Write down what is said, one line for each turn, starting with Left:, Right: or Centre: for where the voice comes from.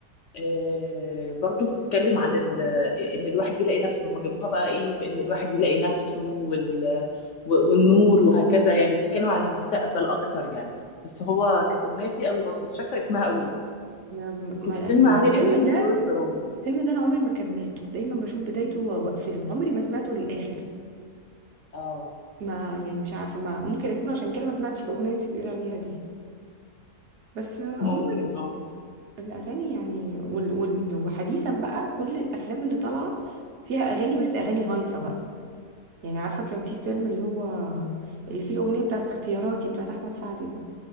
Left: آه برضو بتتكلم عن ال- إن الواحد يلاقي نفسه هما جابوها بقى إيه بإن الواحد يلاقي نفسه وال و- والنور وهكذا يعني بتتكلم عن المستقبل أكتر يعني بس هو كانت أغنية فيه قوي برضو بس مش فاكرة اسمها قوي يعني
Right: ما ما-
Left: كان في
Right: يعني
Left: فيلم عادل
Right: الفيلم
Left: إمام
Right: ده
Left: طيور الظلام
Right: الفيلم ده انا عمري ما كملته دايما بشوف بدايته واقفله عمري ما سمعته للاخر
Left: اه
Right: ما يعني مش عارفة ما ممكن أكون عشان كده ما سمعتش الأغنية اللي أنت بتقولي عليها دي بس عموما
Left: ممكن اه
Right: الأغاني يعني وال وال وحديثا بقى كل الأفلام اللي طالعة فيها أغاني بس أغاني هايصة بقى يعني عارفة كان في فيلم اللي هو اللي فيه الأغنية بتاعت اختياراتي بتاعت أحمد سعد دي